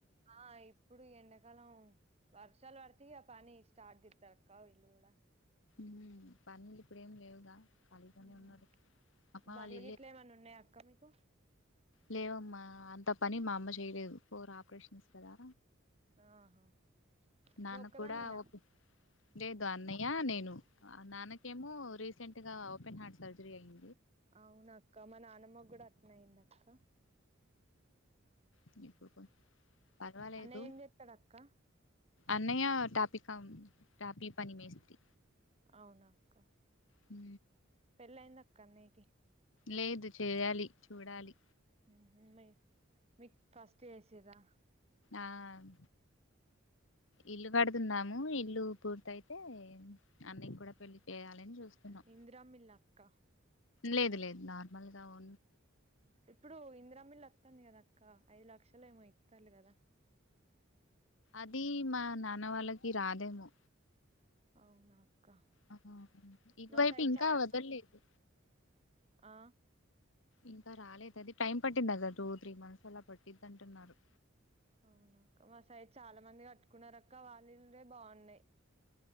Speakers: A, on the right; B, on the left.
A: ఆ ఇప్పుడు ఎండాకాలం వర్షాలు వడితిగా పని స్టార్ట్ జేత్తరక్కా విల్లు గూడా
B: మ్ పన్లి ఇప్పుడేమ్ లేవుగా ఖాళీగానే
A: మ్
B: ఉన్నారు అమ్మ
A: బర్లు
B: వాళ్ళ ఇల్లు
A: గిట్లే ఏమన్నా ఉన్నాయక్క మీకు
B: లేవమ్మా అంతం పని మా అమ్మ చేయలేదు పోర్ ఆపరేషన్స్ కదా
A: ఆహా
B: నాన్న
A: నువ్వు ఒక్కదానివేనా
B: కూడా ఓప్ లేదు, అన్నయ్య నేను ఆ నాన్నకేమో రీస్. సెంట్ గా ఓపె హార్ట్ సర్జరి అయ్యిం
A: అవునక్క మా నానమ్మ గూడా అట్నే అయ్యిందక్క
B: హు ఇప్పుడుకు పర్వాలేదు
A: అన్నయ్య ఏం చేస్తాడు అక్క
B: అన్నయ్య టాపిక్. కం టాపీ పని మేస్తి
A: అవునాక్క
B: హు
A: పెళ్లయిందక్క అన్నయ్యకి
B: లేదు చెయ్యాలి చూడాలి
A: ఉహు మీ మీక్ ఫస్ట్ చేసిర్రా
B: ఆమ్ ఇల్లు కడుతున్నాము ఇల్లు పూర్త. అయితే అన్నయ కూడా పెళ్లి చేయాలని చూస్తున్నాం
A: ఇందిరామిల్లు అక్క
B: లేదు లేదు నార్మల్గా ఉ
A: ఇప్పుడు ఇందిరమ్మ ఇళ్ళు వత్తంది కదా అక్క ఐదు లక్షలు లు ఏమో ఇత్తల్లు కదా
B: అది మా నాన్న వాళ్ళకి రాదేమో
A: అవునా అక్క
B: ఆహా ఇటువైపు
A: మా సైడ్
B: ఇంకా
A: చాలా
B: వదలలేదు
A: మంది ఆ
B: ఇంకా రాలేదు అది టైం పట్టింది కదా టూ త్రీ మంత్స్ అలా పట్టిది అంటున్నారు
A: అవునా అక్క మా సైడ్ చాలా మంది కట్టుకున్నారు అక్క వాళ్ళిల్లు బాగున్నాయి